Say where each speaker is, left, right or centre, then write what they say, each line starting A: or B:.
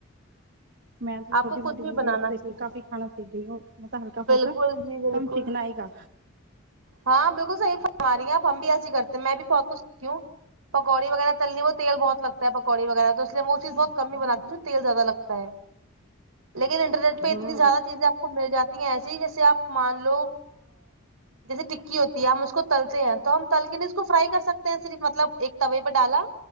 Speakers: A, on the right (about 50°); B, on the right (about 75°).
A: میں تو چھوٹی
B: آپ کو
A: موٹی
B: کچھ بھی
A: وڈیوز
B: بنانا
A: دیکھی
B: سیکھنا
A: کافی کھانا سیکھ گئی وہ مطلب ہلکا
B: بالکل
A: فھلکا
B: جی بالکل
A: کم چکنائی کا
B: ہاں بالکل صحیح فرما آ رہی آپ ہم بھی ایسی کرتے ہیں میں بھی بہت کچھ سیکھتی ہوں پکوڑی وغیرہ تلنی وہ تیل بہت لگتا پکوڑ وغیرہ تو اسے میں وہیز بہت ک ہی بناتی ہوں تو تیل زیادہ لگتا ہے لیکن انٹرنیٹ پہ
A: ہاں
B: اتنی زیادہ چیزیں آپ کو مل جاتی ہیں ایسیے ہی جیسے آپ مان لو جیسے ٹکی ہوتی ہے ہم اس کو تلتے ہیں تو ہم تل کے نہیں اس کو فرائی کر سکتے ہیں صرف مطلب ایک توے پہ ڈالا